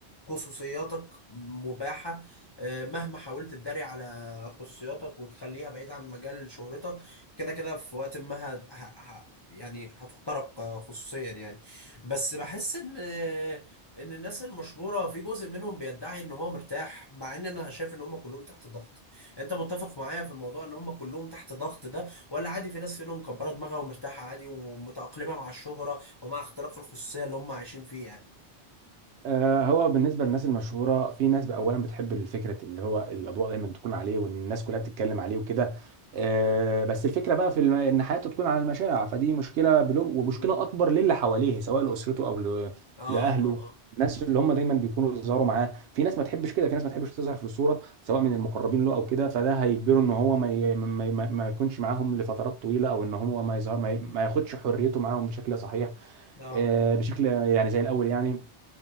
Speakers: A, on the left; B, on the right.
A: خصوصياتك مباحة آه، مهما حاولت تداري على خصوصياتك وتخليها بعيد عن مجال شهرتك كده كده في وقت ما ه... ه... ه- يعني هتخترق آه، خصوصيا يعني بس بحس ان ان الناس المشهوره في جزء منهم بيدعي ان هو مرتاح مع ان انا شايف ان هم كلهم تحت ضغط انت متفق معايا في الموضوع ان هم كلهم تحت ضغط ده ولا عادي في ناس فيهم مكبره دماغها ومرتاحه عادي ومتاقلمه مع الشهره ومع اختراق الخصوصيه اللي هم عايشين فيه يعني
B: آه، هو بالنسبة للناس المشهورة في ناس بقى أولا بتحب الفكرة اللي هو الأضواء دايما تكون عليه وإن الناس كلها بتتكلم عليه وكده آه، بس الفكرة بقى في الم- إن حياته تكون على المشاع فدي مشكلة بله ومشكلة
A: مم.
B: أكبر للي حواليه سواء لأسرته أو ل-
A: اه
B: لأهله
A: اه اه
B: الناس اللي هم دايما بيكونوا يظهروا معاه في ناس ما تحبش كده في ناس ما تحبش تظهر في الصورة سواء من المقربين له أو كده فده هيجبره إن هو ما ي- ما ما- ما يكونش معاهم لفترات طويلة أو إن هو ما يظهر ما ي- ما ياخدش حريته معاهم بشكل صحيح
A: اه
B: آه، بشكل يعني زي الأول يعني